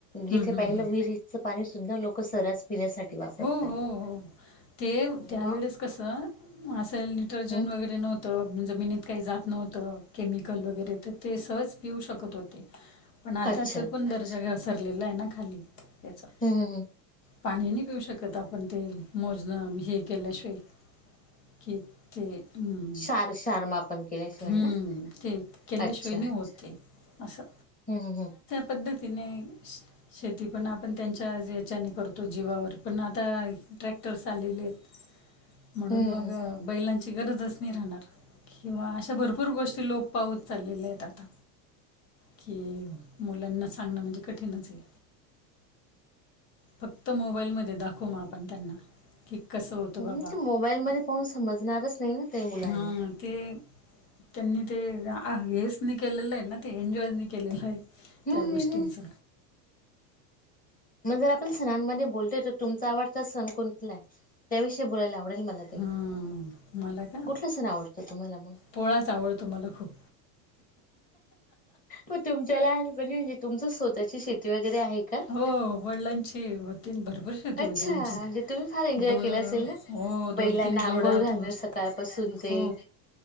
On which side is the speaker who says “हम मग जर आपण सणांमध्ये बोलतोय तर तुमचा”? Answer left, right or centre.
Left